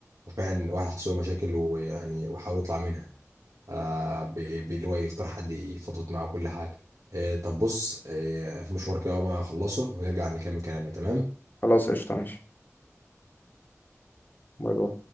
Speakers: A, on the right; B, on the left.
A: وفعلا الواحد حصل له مشاكل ويعني وحاول يطلع منها آه ب- باللي هو يختار حد يفضفض معاه كل حاجه آه طب بص آه في مشوار كده اول ما اخلصه ونرجع نكمل كلامنا تمام
B: خلاص قشطة ماشي باي باي